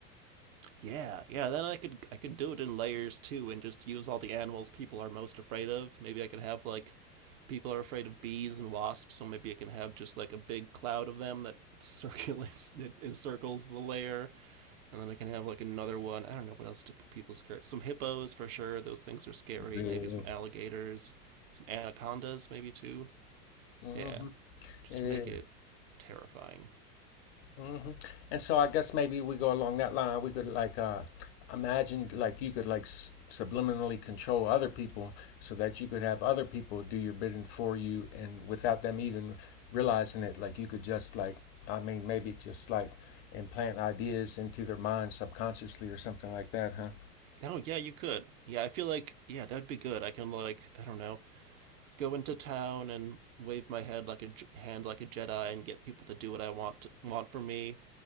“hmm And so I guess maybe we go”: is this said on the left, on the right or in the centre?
Left